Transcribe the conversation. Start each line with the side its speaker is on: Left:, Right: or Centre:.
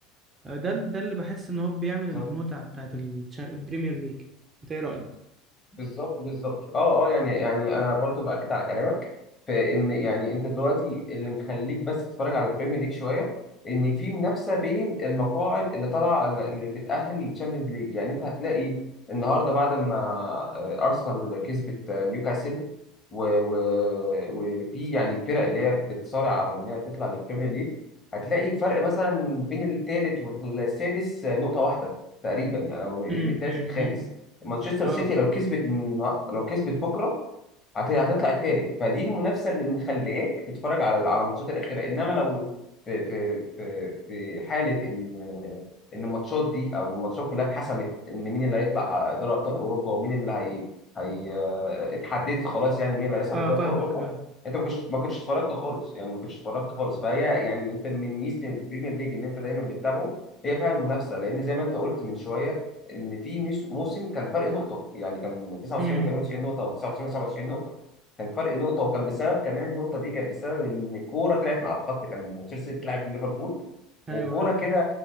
Right: آه، ده ده اللي بحس ان هو بيعمل المتعه
Left: بالظبط
Right: بتاعت التشا- البريمير ليج انت ايه رايك
Left: بالظبط بالظبط اه اه يعني يعني انا برضو باكد على كلامك في ان يعني انت دلوقتي اللي مخليك بس تتفرج على البريمير ليج شويه ان في منافسه بين المقاعد اللي طالعه اللي بتاهل للتشامبيونز ليج يعني انت هتلاقي النهارده بعد ما آه، ارسنال كسبت آه، نيوكاسل و- و- وفي يعني الفرق اللي هي بتصارع على ان هي تطلع للبريمير ليج هتلاقي فرق مثلا بين الثالث والسادس آه، نقطه واحده تقريبا يعني او من
Right: امم
Left: الثالث
Right: امم
Left: للخامس مانشستر
Right: اه
Left: سيتي لو كسبت النا- لو كسبت بكره هت- هتطلع الثالث فدي المنافسه اللي مخلياك تتفرج على على الماتشات الاخيره انما لو في في في في حاله ان ان الماتشات دي او الماتشات كلها اتحسمت ان مين اللي هيطلع دوري ابطال اوروبا ومين اللي هي هي آه، اتحددت خلاص يعني مين اللي هيصعد
Right: اه
Left: لدوري
Right: فاهمك
Left: ابطال اوروبا
Right: فاهم
Left: انت ما كنتش ما كنتش اتفرجت خالص يعني ما كنتش اتفرجت خالص فهي يعني انت من ميزه البريمير ليج ان انت دايما بتتابعه هي فعلا منافسه لان زي ما انت قلت من شويه ان في ميس- موسم كان فرق نقطه يعني كان 99
Right: امم
Left: و98 نقطه او 99 و97 نقطه كان فرق نقطه وكان بسبب كمان النقطه دي كانت بسبب ان الكوره طلعت مع الخط كان تشيلسي بتلعب ليفربول
Right: ايوه
Left: وكوره
Right: ايوه
Left: كده